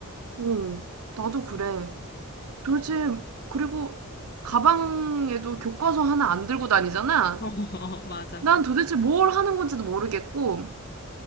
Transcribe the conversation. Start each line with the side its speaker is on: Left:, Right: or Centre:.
Right: 어, 나도 그래. 도대체, 그리고 가방에도 교과서 하나 안 들고 다니잖아?
Left: 어, <laughs> 맞아.
Right: 난 도대체 뭘 하는 건지도 모르겠고,